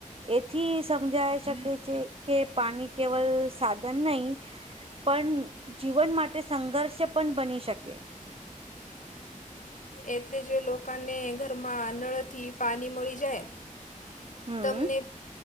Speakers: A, on the right; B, on the left.
A: એથી સમજાય શકે છે કે પાની કેવલ સાધન નહી પન જીવન માટે સંઘર્ષ પણ બની શકે.
B: એટલે જે લોકાને ઘરમાં નળથી પાની મળી જાય
A: હમ
B: તમને